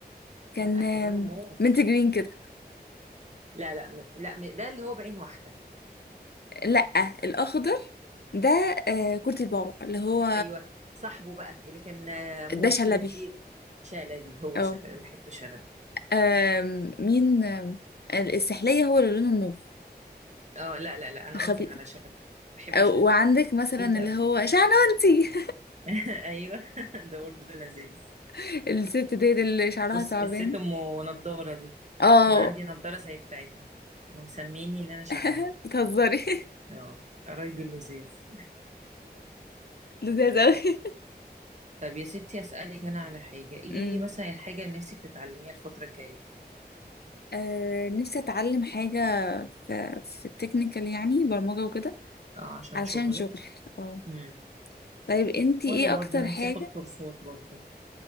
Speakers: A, on the left (about 70°); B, on the right (about 45°).
A: كان
B: لا
A: آم،
B: كان لونه موف
A: منت جرين كده
B: لا لا م... لا م... ده اللي هو بعين واحدة
A: لا الاخضر ده آه، كورتي البابا اللي هو
B: ايوه صاحبه بقى اللي كان آه، موف
A: ده شلبي
B: كده كبير شلبي هو
A: اه
B: شلبي أنا بحب شلبي
A: آم، مين آم، السحلية هو اللي لونه موف
B: اه لا لا لا انا
A: الخبيث
B: قصدي على شلبي بحب
A: وعندك
B: شلبي
A: مثلا
B: كيوت قوي
A: اللي هو شعنونتي
B: <laughs> ايوه <laughs> ده برضه لذيذ
A: <laughs> الست ديت اللي شعرها
B: بص
A: ثعبان
B: الست ام نضاره دي
A: اه
B: كان عندي نضاره زي بتاعتها كانوا مسميني ان انا شبهها
A: <laughs> بتهزري
B: اه قرايبي اللزاز
A: لذيذ أوي <laughs>
B: طب يا ستي اسالك انا على حاجه ايه
A: امم
B: مثلا الحاجه اللي نفسك تتعلميها الفتره الجايه
A: آه نفسي اتعلم حاجه في في التكنيكال يعني برمجه وكده
B: اه عشان
A: علشان
B: شغلك
A: شغل اه
B: امم
A: طيب انتي
B: وانا
A: ايه
B: برضو
A: اكتر
B: نفسي
A: حاجه
B: اخد كورسات برضو